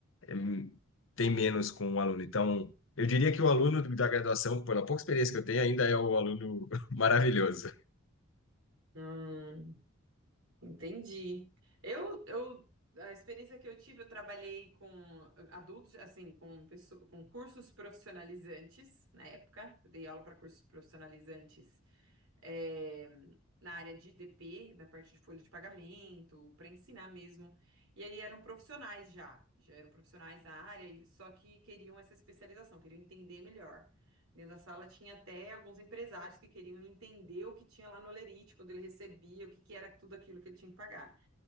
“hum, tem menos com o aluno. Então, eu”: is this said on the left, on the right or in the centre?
Left